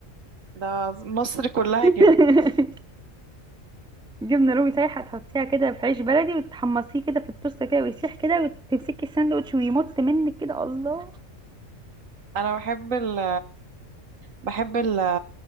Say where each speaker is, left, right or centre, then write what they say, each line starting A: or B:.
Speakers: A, on the right (about 80°); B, in the centre.
A: ده مصر كلها
B: <laughs>
A: كده
B: جبنة رومي سايحة تحطيها كده في عيش بلدي وتحمصيه كده في التوست كده ويسيح كده وتمسكي الساندوتش ويمط منك كده الله
A: انا بحب ال بحب ال